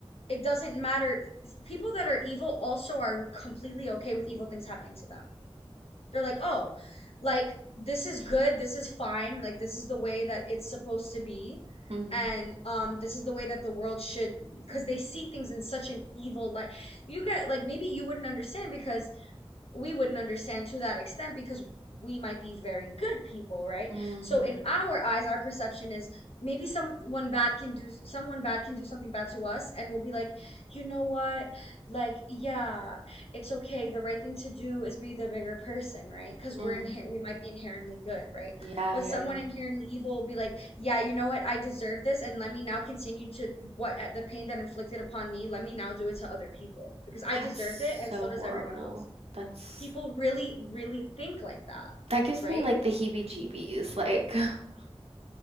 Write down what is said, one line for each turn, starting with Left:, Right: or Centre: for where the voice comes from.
Left: it doesn't matter. People that are evil also are completely okay with evil things happening to them. They're like, oh, like this is good, this is fine, like this is the way that it's supposed to be.
Right: Mhm.
Left: And um, this is the way that the world should be because they see things in such an evil light. You get like maybe you wouldn't understand because we wouldn't understand to that extent because we might be very good people, right?
Right: Mhm.
Left: So in our eyes, our perception is maybe someone bad can do someone bad can do something bad to us, and we'll be like, you know what? Like, yeah, it's okay. The right thing to do is be the bigger person, right? Because
Right: Mhm.
Left: we're inher we might be inherently good, right?
Right: Yeah,
Left: But
Right: yeah,
Left: someone
Right: yeah.
Left: inherently evil will be like, yeah, you know what? I deserve this, and let me now continue to what at the pain that inflicted upon me. Let me now do it to other people because I
Right: That's
Left: deserved
Right: so
Left: it, and so
Right: horrible.
Left: does everyone else.
Right: That's
Left: People really, really think like that,
Right: that gives
Left: right?
Right: me like the heebie-jeebies. Like, <laughs>